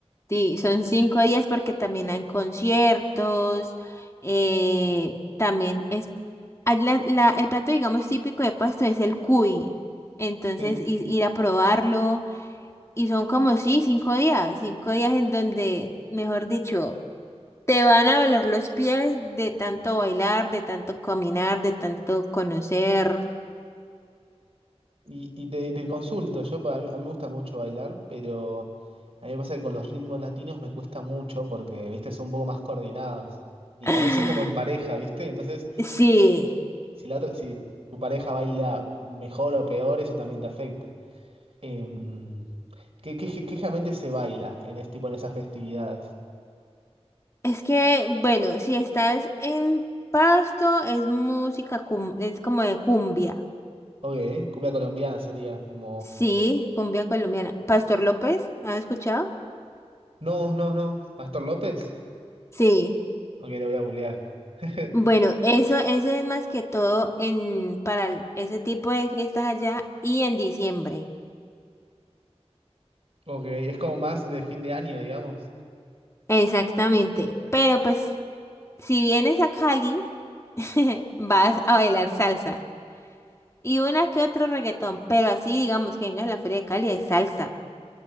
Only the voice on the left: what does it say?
Sí, son cinco días porque también hay conciertos, eh, también es, hay la- la- el plato, digamos, típico de Pasto es el cuy, entonces
i- ir a probarlo y son como, sí, cinco días, cinco días en donde, mejor dicho, te van a doler los pies de tanto bailar, de tanto caminar, de tanto conocer.
<clears throat>
<laughs> Sí.
Es que, bueno, si estás en Pasto, es música, cum- es como de cumbia.
Sí, cumbia colombiana. Pastor López, ¿has escuchado?
Sí.
Bueno, eso, eso es más que todo en, para el- ese tipo de fiestas allá y en diciembre.
Exactamente. Pero pues, si vienes a Cali, <laughs> vas a bailar salsa. Y una que otro reggaetón. Pero así, digamos, que vengas a la Feria de Cali es salsa.